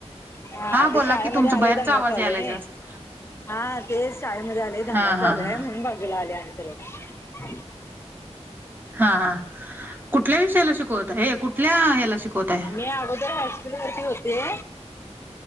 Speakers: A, on the left (about 20°); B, on the right (about 15°).
A: हा ते
B: बोला
A: शाळेमध्ये
B: की तुमचा
A: आलेय
B: बाहेरचा
A: दंगा
B: आवाज
A: चालूय.
B: यायलाय जास्त
A: हा तेच शाळेमध्ये आलोय
B: हा
A: दंगा
B: हा
A: चालू
B: हा
A: आय म्हणून बाजूला आले आन परत.
B: हा हा. कुठल्या विषयाला शिकवता हे कुठल्या ह्याला शिकवताय?
A: मी अगोदर हायस्कूल वरती होते